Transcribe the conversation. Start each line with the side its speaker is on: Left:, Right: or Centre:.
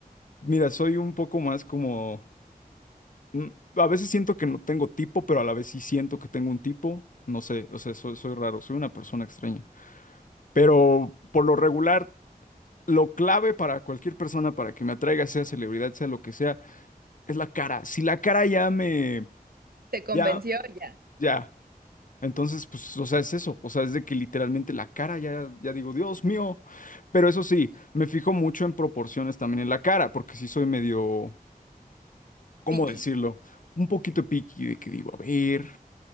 Left: mira, soy un poco más como, mm, a veces siento que no tengo tipo, pero a la vez sí siento que tengo un tipo, no sé, o sea, soy, soy raro, soy una persona extraña. Pero por lo regular, lo clave para cualquier persona, para que me atraiga, sea celebridad, sea lo que sea, es la cara. Si la cara ya me,
Right: Te convenció
Left: ya...
Right: ya.
Left: Ya, Entonces, pues, o sea, es eso, o sea, es de que literalmente la cara ya, ya digo, Dios mío, pero eso sí, me fijo mucho en proporciones también en la cara, porque sí soy medio, ¿cómo
Right: Picky.
Left: decirlo? Un poquito picky de que digo, a ver,